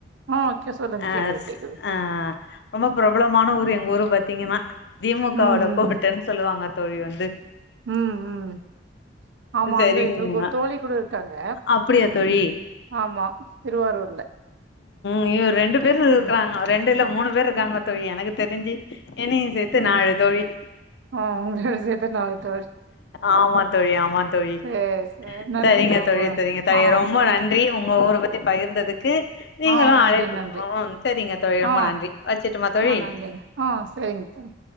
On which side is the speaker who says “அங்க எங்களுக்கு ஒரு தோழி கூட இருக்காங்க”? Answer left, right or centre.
Right